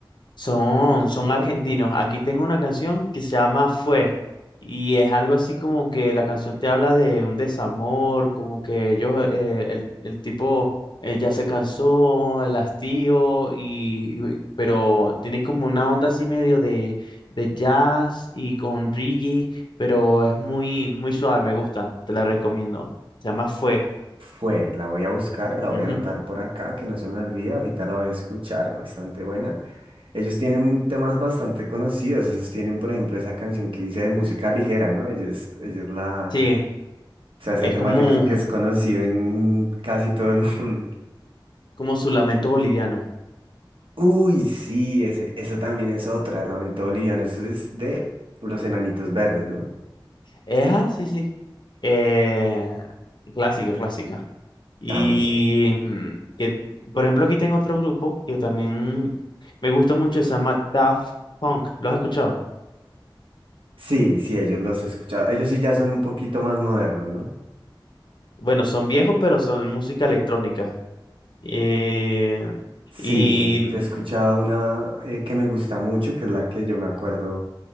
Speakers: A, on the left; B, on the right.
A: Son, son argentinos. Aquí tengo una canción que se llama Fue y es algo así como que la canción te habla de un desamor, como que ellos, eh, el, el tipo eh, ya se cansó, el hastío, y, y- pero tiene como una onda así medio de, de jazz y con reggae, pero es muy, muy suave, me gusta, te la recomiendo. Se llama Fue.
B: Fue, la voy a buscar, la
A: Ujú.
B: voy a anotar por acá, que no se me olvide, ahorita la voy a escuchar, bastante buena. Ellos tienen temas bastante conocidos, ellos tienen, por ejemplo, esa canción que hice de música ligera, ¿no? Ellos, ellos la...
A: Sí,
B: O sea, ese
A: es
B: tema
A: como,
B: yo creo que es conocido en casi todo el <laughs> mundo.
A: como su lamento boliviano.
B: Uy, sí, ese, eso también es otra, Lamento Boliviano, eso es de Los Enanitos Verdes, ¿no?
A: Eja, sí, sí. Eh, clásica, clásica. Y
B: También.
A: mm, que, por ejemplo, aquí tengo otro grupo que también me gusta mucho, se llama Daft Punk. ¿Lo has escuchado?
B: Sí, sí, ellos los he escuchado. Ellos sí ya son un poquito más modernos, ¿no?
A: Bueno, son viejos, pero son música electrónica. Eh,
B: Sí,
A: y,
B: yo, he escuchado una eh, que me gusta mucho, que es la que yo me acuerdo